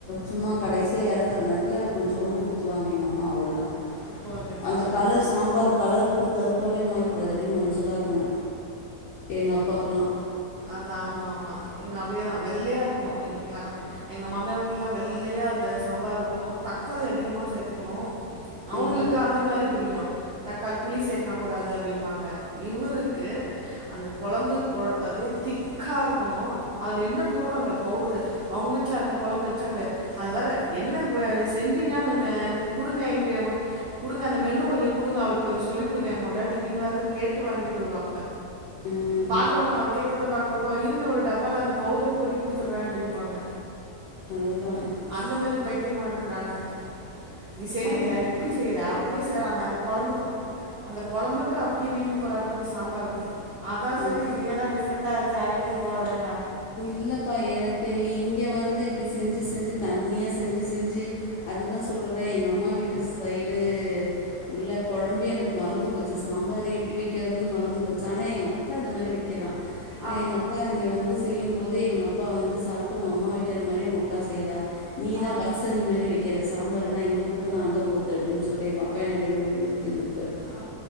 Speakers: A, on the left; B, on the right.
A: சும்மா கடேசியா எறக்குற நேரத்துல கொஞ்சோண்டு ஊத்துவாங்க எங்க அம்மா அவ்ளோதா
B: அப்போ ஒரு இது
A: அந்த
B: ஒரு
A: கலர் சாம்பார் கலர் வந்து கருப்பாவே மாறக்கூடாது அப்டி மஞ்சளா இருக்கணு எங்க அப்பாக்கெல்லா
B: அத ஆமா ஆமா இங்க அப்டியேதா வெள்ளையா இருக்கணு எங்க வீட்லல்லா எங்க மாமியார் வீட்லல்லா வெள்ளையா அந்த சாம்பார் இருக்கணு தக்காளி அதிகமா சேத்துக்கணு அவுங்களுக்கு
A: அதான்
B: அந்த மாதிரி பிடிக்கும் தக்காளி புளி சேக்க கூடாது அப்டிம்பாங்க இவரு க்கு அந்த கொழம்பு அதே திக்காருக்கணு அதுல என்ன போடுறாங்க பவுடரு அவுங்க வீட்ல அந்த கொழம்பு வச்சாங்ளே அது வேற என்ன வ செஞ்சீங்கா அ ம எனக்கு குடுங்க எங்க வ குடுங்க அந்த மெனு கொஞ்சோ குடுங்க அவளுக்கு கொஞ்சோ சொல்லி குடுங்க என் பொண்டாட்டிக்குனு வேற கேட்டு வாங்கிட்டு வருவா
A: ம்
B: பாக்குறவங்க கேக் இருக்கறத பாக்றப்போ இருங்க ஒரு டபால அந்த பவுடர கொட்டி குடுத்துடுறே அப்டிம்பாங்க
A: அதுதான்
B: அந்த மாரி பைத்தியமாருக்கறாங்க நீ சரியில்ல
A: அதுதான்
B: இப்டி செய்ற அப்டி செய்ற அந்த அந்த கொழம்புக்கு அந்த கொழம்புக்கு அப்டி வீங்கி போறாப்புல மிஸ் சாம்பாருக்கு அதா
A: அப்
B: செரி நீங்க தா டிஃப்ரெண்டா எதோ அரைக்கிறீங்ளா அப்டினு நெ
A: இல்லப்பா எனக்கு இங்க வந்து இப்டி செஞ்சி செஞ்சி தண்ணியா செஞ்சி செஞ்சி அதுதா சொல்றேல எங்க அம்மா வீட்டு சைடு உள்ள கொழம்பு எனக்கு மறந்து போச்சு சாம்பார் எப்டி வக்கிறதுன்னு மறந்து போச்சு ஆனா எங்க அக்கா அது மாரி வக்கிதா
B: ஆ
A: எங்க அக்கா இங்கே வந்து செய்யும்போது எங்க அப்பா வந்து சாப்ட்டு ஒங்க அம்மா வக்கிற மாரி ஒங்க அக்கா செய்றா நீதா
B: ஆ
A: பச்ச தண்ணி மாரி வைக்கிற சாம்பார்ன்னா இங்க ஊத்னா அங்க போகு அப்டின்னு சொல்ட்டு எங்க அப்பா என்ன கழுவி கழுவி ஊத்தினுருப்பாரு
B: ஆ,